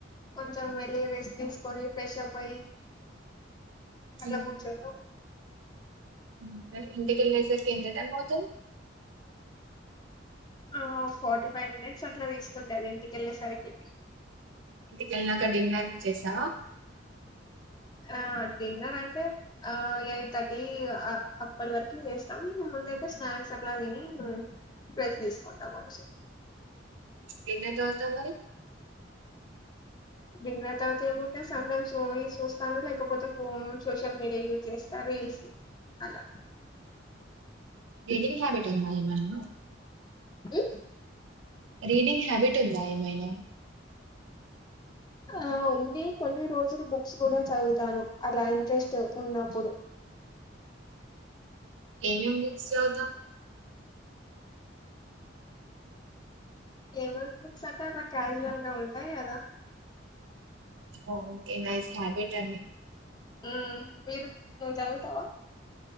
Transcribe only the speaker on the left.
కొంచెం ఎళ్ళి రెస్ట్ తీసుకొని ఫ్రెష్ అప్ అయి అలా
కూర్చుంటాం
ఆ ఫార్టీ ఫైవ్ మినిట్ ఫ్ అట్లా తీసుకుంటది ఇంటికెళ్ళేసరికి
ఆ డిన్నర్ అంటే ఆ ఎయిట్ థర్టీ అప్పటి వరకు చేస్తాం ముందయితే స్నాక్స్ అట్లా తిని రెస్ట్ తీసుకుంటాం అనిసి
డిన్నర్ తరువాత ఏముంటాయి సమ్ టైమ్స్ మూవీ చూస్తాను లేకపోతే ఫోన్ సోషల్ మీడియా యూజ్ చేస్తా రీల్స్ అలా
ఊ
ఆ ఉంది కొన్ని రోజు టు బుక్స్ కూడా చదువుతాను అలా ఇంట్రెస్ట్ ఉన్నప్పుడు
ఏమేం బుక్స్ అంటేనా క్యాజువల్ గా ఉంటాయి కదా
ఉమ్మ్ మీరు నువ్వు చదువుతావా